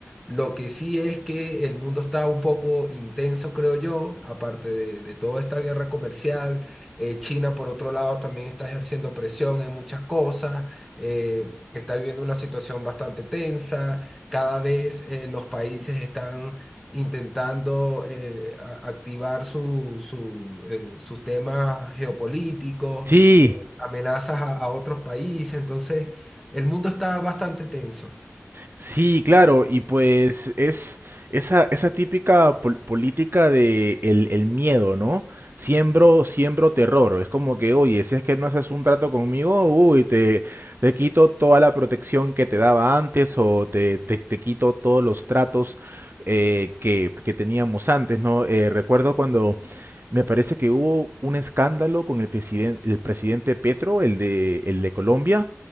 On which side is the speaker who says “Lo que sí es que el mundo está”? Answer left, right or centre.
Centre